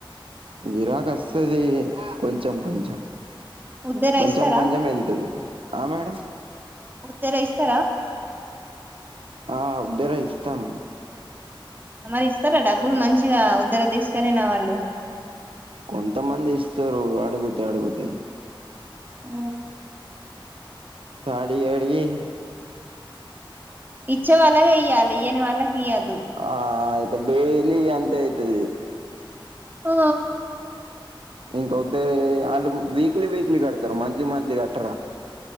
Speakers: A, on the right; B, on the right.
A: గీరాకి వస్తది కొంచెం కొంచెం
B: ఉద్దర
A: కొంచెం
B: ఇస్తారా
A: కొంచెం వెళ్తుది ఆ మేడం
B: ఉద్దెర ఇస్తారా
A: ఆ ఉద్దరే ఇస్తాం
B: మరి ఇస్తారా డబ్బులు మంచిగా ఉద్దెర తీసుకెళ్ళిన వాళ్ళు
A: కొంతమంది ఇస్తారు అడిగుతే అడిగుతే
B: ఆ
A: థాడి అడి అయి
B: ఇచ్చే వాళ్ళవే ఇయ్యాలి ఇయని వాళ్ళకి ఇయ్వద్దు.
A: ఆ ఆతే డైలీ అంతే అయితది
B: ఆ.
A: ఇంకొద్ద్ వాళ్ళు వీక్లీ వీక్లీ కడతారు మంత్లీ మంత్లీ కట్టరు వాళ్లు.